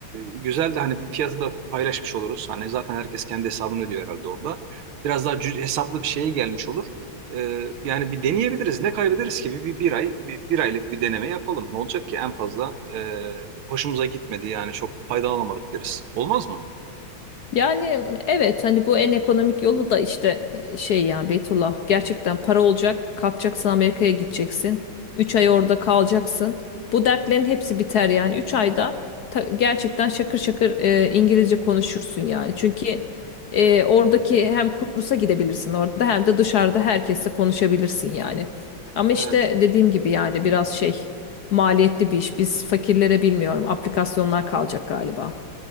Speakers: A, on the right (about 75°); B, on the left (about 60°).
A: güzel de hani bir fiyatı da paylaşmış oluruz. Hani zaten herkes kendi hesabını ödüyor herhalde orada. Biraz daha cüz, hesaplı bir şeye gelmiş olur. E, yani bir deneyebiliriz. Ne kaybederiz ki? Bir, bir, bir ay, bir, bir aylık bir deneme yapalım. Ne olacak ki? En fazla e, hoşumuza gitmedi yani çok faydalanamadık deriz. Olmaz mı?
B: Yani evet hani bu en ekonomik yolu da işte e, şey ya Beytullah gerçekten para olacak kalkacaksın Amerika'ya gideceksin 3 ay orada kalacaksın bu dertlerin hepsi biter yani 3 ayda ta- gerçekten şakır şakır e, İngilizce konuşursun yani çünkü e, oradaki hem kursa gidebilirsin orada hem de dışarıda herkesle konuşabilirsin yani ama işte
A: Evet.
B: dediğim gibi yani biraz şey maliyetli bir iş biz fakirlere bilmiyorum aplikasyonlar kalacak galiba